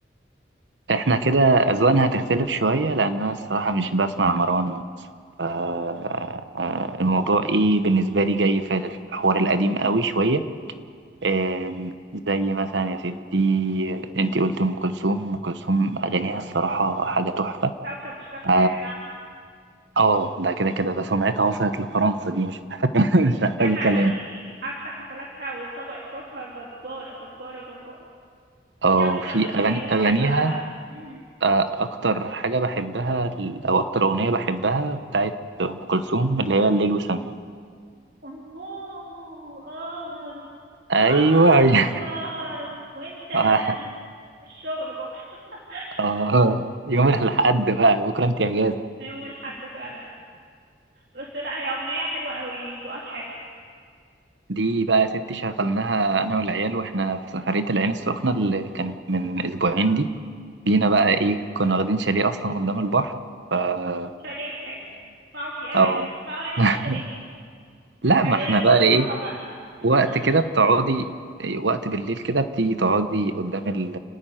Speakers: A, on the right; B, on the right.
A: احنا كده اذواقنا هتختلف شويه لان انا الصراحه مش بسمع مروان ف آه، الموضوع ايه بالنسبه لي جاي في الحوار القديم قوي شويه آم، زي مثلا يا ستي انتي قلت ام كلثوم ام كلثوم اغانيها الصراحه حاجه تحفه
B: كوكب الشرق
A: ف-
B: يا جدع
A: اه ده كده كده ده سمعتها وصلت لفرنسا دي مش محتاجه <laughs> مش محتاجه
B: ده حقيقي
A: كلام
B: حتى حفلاتها وطبقة صوتها جبارة جبارة جبارة
A: اه
B: ايه اكتر
A: في
B: اغنية
A: اغاني
B: بتحبها
A: اغانيها
B: مهم.
A: آه، اكتر حاجه بحبها ال- او اكتر اغنيه بحبها بتاعت ام كلثوم اللي هي الليل وسماه
B: همومه قمره
A: ايوه
B: قمره
A: أيوة.
B: سهره وانت
A: <laughs> اه
B: وانا في الشغل بكرة <laughs>
A: آه. يوم الحد بقى بكره انت اجازه
B: يوم الحد فعلا بس لا هي اغنية حلوة قوي ذوقك حلو
A: دي بقى يا ستي شغلناها انا والعيال واحنا في سفريه العين السخنه اللي كانت من اسبوعين دي
B: مم.
A: جينا بقى ايه كنا واخدين شاليه اصلا قدام البحر فنزلنا
B: شاليه حلو اسمعوا في اغاني
A: اه
B: اسمعوا اغاني
A: <laughs>
B: في الشاليه
A: لا
B: عيال
A: ما احنا بقى
B: مرفهة
A: ايه
B: بقى <laughs>
A: وقت كده بتقعدي وقت بالليل كده بتيجي تقعدي قدام ال...